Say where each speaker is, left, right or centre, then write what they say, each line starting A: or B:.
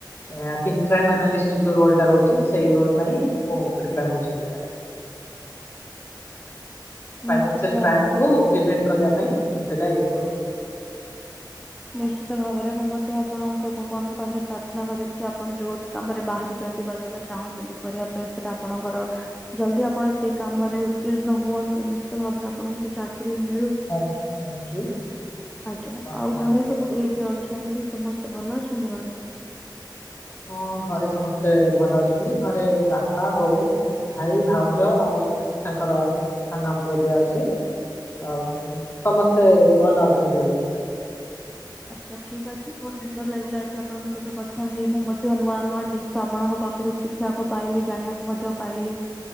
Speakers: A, on the left; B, in the centre.
A: ଏ ଫିନ୍ ଫ୍ରାଇମ୍ ଆନାଲିଷ୍ଟ ଯୋଉ ରୋଲ୍ ଟା ରହୁଛି ସେଇ ରୋଲ୍ ପାଇଁ ମୁଁ ପ୍ରିପେଆର୍ ହଉଛି ଅବିକା। ଫାଇନସିଆଲ୍
B: ନିଶ୍ଚିତ ଭାବରେ
A: କ୍ରାଇମକୁ ପ୍ରିଭେଣ୍ଟ କରିବା ପାଇଁ ମୁଁ ସେଇଟା ଇଏ କରୁଚି।
B: ନିଶ୍ଚିତ ଭାବରେ ମୁଁ ମଧ୍ୟ ଆପଣଙ୍କୁ ଭଗବାନଙ୍କ ପାଖରେ ପ୍ରାର୍ଥନା କରିବି କି ଆପଣ ଯୋଉ କାମରେ ବାହାରିଚନ୍ତି ବା ଯୋଉଟା ଚାହୁଁଛନ୍ତି କରିବା ପାଇଁ ସେଟା ଆପଣଙ୍କର ଜଲଦି ଆପଣ ସେଇ କାମରେ ଉତ୍ତୀର୍ଣ୍ଣ ହୁଅନ୍ତୁ। ନିଶ୍ଚିତ ଭାବରେ ଆପଣଙ୍କୁ ଚାକିରି ମିଳୁ।
A: ଥ୍ୟାଙ୍କୟୁ ଥ୍ୟାଙ୍କୟୁ
B: ଆଜ୍ଞା
A: ଧନ୍ୟବାଦ
B: ଆଉ ଘରେ
A: ବହୁତ
B: ସବୁ
A: ବହୁତ।
B: କିଏ କିଏ ଅଛନ୍ତି ସମସ୍ତେ ଭଲ ଅଛନ୍ତି ଘରେ?
A: ହଁ ଘରେ ସମସ୍ତେ ଭଲ ଅଛନ୍ତି। ଘରେ ବାପା ବୋଉ ଭାଇ ଭାଉଜ ଆଉ ତାଙ୍କର ସାନ ପୁଅଟେ ଅ ଛି ଆଉ ସମସ୍ତେ ଭଲ ଅଛନ୍ତି ଏବିକା।
B: ଆଚ୍ଛା ଠିକ୍ ଅଛି। <inaudible> ସୁନ୍ଦର ଲାଗିଲା ଆଜି ଆପଣଙ୍କ ସହିତ କଥା ହେଇ, ମୁଁ ମଧ୍ୟ ନୂଆ ନୂଆ ଜିନିଷ ଆପଣଙ୍କ ପାଖରୁ ଶି ଖିଆକୁ ପାଇଲି, ଜାଣିଆକୁ ମଧ୍ୟ ପାଇଲି,